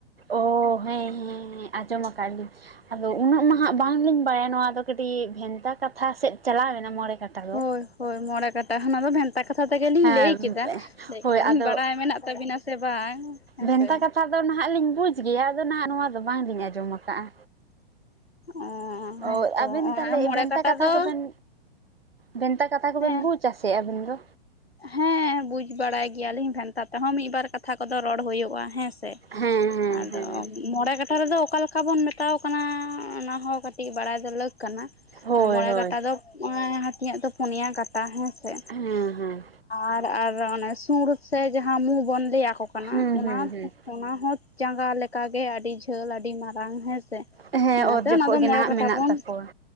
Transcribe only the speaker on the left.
ᱦᱳᱭ ᱦᱳᱭ ᱢᱚᱬᱮ ᱠᱟᱴᱟ ᱚᱱᱟ ᱫᱚ ᱵᱷᱮᱱᱛᱟ ᱠᱟᱛᱷᱟ ᱛᱮᱜᱮᱞᱤᱧ
ᱞᱟᱹᱭ ᱠᱮᱫᱟ᱾ ᱞᱟᱹᱭ
ᱠᱮᱫᱟᱞᱤᱧ
ᱵᱟᱲᱟᱭ ᱢᱮᱱᱟᱜ ᱛᱟᱵᱤᱱᱟ ᱥᱮ ᱵᱟᱝ? ᱦᱮᱸᱥᱮ
ᱚ
ᱦᱮᱸᱛᱚ
ᱚᱱᱟ
ᱢᱚᱬᱮ
ᱠᱟᱴᱟ
ᱫᱚ
ᱦᱮᱸ
ᱦᱮᱸ ᱵᱩᱡ ᱵᱟᱲᱟᱭ ᱜᱮᱭᱟᱞᱤᱧ ᱵᱷᱮᱱᱛᱟ ᱛᱮᱦᱚᱸ ᱢᱤᱫ-ᱵᱟᱨ ᱠᱟᱛᱷᱟ ᱠᱚᱫᱚ ᱨᱚᱲ ᱦᱳᱭᱳᱜᱼᱟ ᱦᱮᱸ ᱥᱮ ᱥᱮ
ᱟᱫᱚ
ᱢᱚᱬᱮ ᱠᱟᱴᱷᱟ ᱨᱮᱫᱚ ᱚᱠᱟ ᱞᱮᱠᱟ ᱵᱚᱱ ᱢᱮᱛᱟᱣ ᱠᱟᱱᱟ ᱚᱱᱟ ᱦᱚᱸ ᱠᱟᱹᱴᱤᱡ ᱵᱟᱲᱟᱭ ᱫᱚ ᱞᱟᱹᱠ ᱠᱟᱱᱟ
ᱢᱚᱬᱮ
ᱠᱟᱴᱟ ᱫᱚ ᱦᱟᱹᱛᱡᱭᱟᱜ ᱫᱚ ᱯᱳᱸᱱᱭᱟ ᱠᱟᱴᱟ ᱦᱮᱸᱥᱮ
ᱟᱨ ᱟᱨ ᱚᱱᱮ ᱥᱩᱲ ᱥᱮ ᱡᱟᱦᱟᱸ ᱢᱩ ᱵᱚᱱ ᱞᱟᱹᱭᱟ ᱠᱚ
ᱚᱱᱟ
ᱚᱱᱟ ᱦᱚᱸ ᱡᱟᱸᱜᱟ ᱞᱮᱠᱟᱜᱮ ᱟᱹᱰᱤ ᱡᱷᱟᱹᱞ ᱟᱹᱰᱤ ᱢᱟᱨᱟᱝ ᱦᱮᱸᱥᱮ
ᱤᱱᱟᱹᱛᱮ
ᱚᱱᱟ ᱫᱚ
ᱢᱚᱬᱮ ᱠᱟᱴᱷᱟ
ᱵᱚᱱ